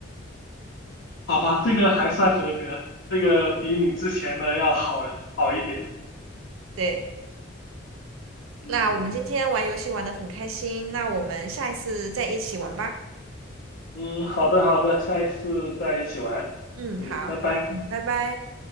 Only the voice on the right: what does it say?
对。
那我们今天玩游戏玩的很开心，那我们下一次再一起玩吧。
嗯，
好，
嗯，拜拜。